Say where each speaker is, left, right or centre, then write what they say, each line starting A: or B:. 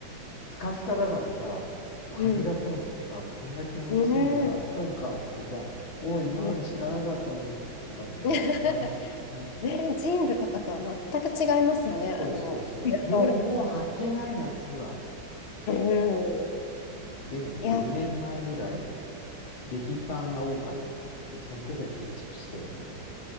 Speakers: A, on the left; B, on the left.
A: スカスカだからさ、風が通ってさ、
B: うん。
A: こんな気持ちいいものあったのかってさ、
B: うん。
A: おお、今まで知らなかったぞとかね、
B: ね、<laughs>
A: そんな感じ。うん
B: ねジーンズとかとは全く違いますよね。あの、
A: そうそうそう。
B: 火が通る感。
A: もう、もう履けない夏は。
B: うん。
A: うんでも僕2年前ぐらい、
B: いや、
A: レギパンが多かった。その時はピッチピチだよ、逆に。